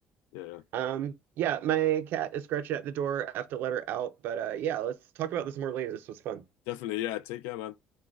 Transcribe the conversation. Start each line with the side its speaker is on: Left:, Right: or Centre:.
Left: yeah, yeah.
Right: Um, yeah, my cat is scratching at the door. I have to let her out. But uh, yeah, let's talk about this more later. This was fun.
Left: Definitely. Yeah. Take care, man.